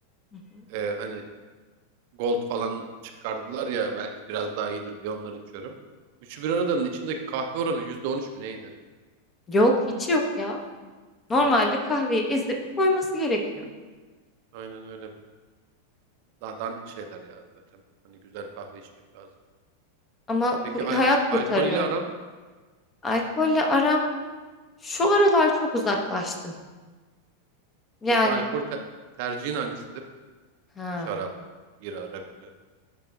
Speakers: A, on the left; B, on the right.
A: Hı hı.
B: E, hani Gold falan çıkardılar ya belki biraz daha iyidir diye onları içiyorum. Üçü bir aradanın içindeki kahve oranı %13 mü neydi?
A: Yok hiç yok ya. Normalde
B: Evet,
A: kahveyi ezip koyması gerekiyor.
B: aynen öyle. Daha dandik şeyler ya zaten. Hani güzel kahve içmek lazım.
A: Ama
B: Peki
A: ku-
B: al
A: hayat
B: alkolle
A: kurtarıyor.
B: aran?
A: Alkolle aram Şu aralar çok uzaklaştım. Yani
B: Peki alkol te- tercihin hangisidir?
A: ha,
B: Şarap, bira, rakı.